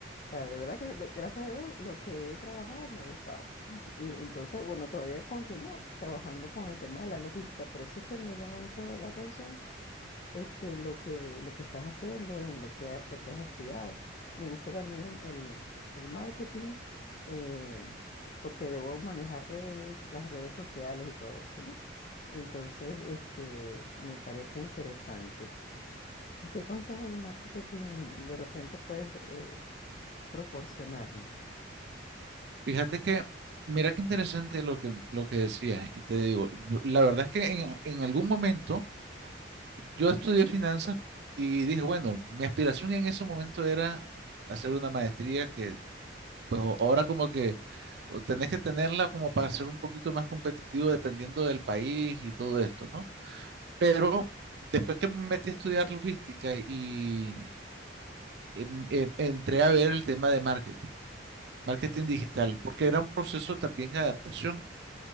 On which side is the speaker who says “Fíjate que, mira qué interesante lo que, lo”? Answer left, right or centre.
Right